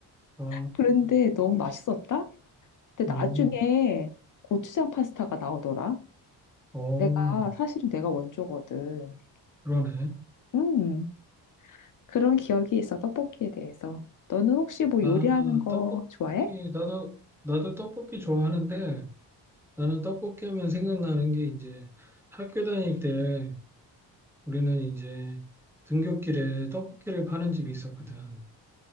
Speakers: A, in the centre; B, on the left.
A: 아,
B: 그런데 너무 맛있었다? 근데
A: 음,
B: 나중에 고추장 파스타가 나오더라.
A: 어,
B: 내가, 사실은 내가 원조거든.
A: 그러네.
B: 음, 그런 기억이 있어, 떡볶이에 대해서. 너는 혹시 뭐
A: 아,
B: 요리하는 거
A: 떡볶이,
B: 좋아해?
A: 나도, 나도 떡볶이 좋아하는데, 나는 떡볶이 하면 생각나는 게 이제 학교 다닐 때 우리는 이제 등굣길에 떡볶이를 파는 집이 있었거든.